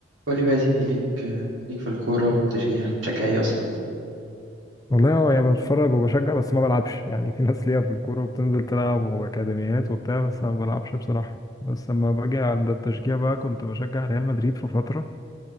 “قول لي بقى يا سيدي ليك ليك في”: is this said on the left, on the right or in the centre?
Right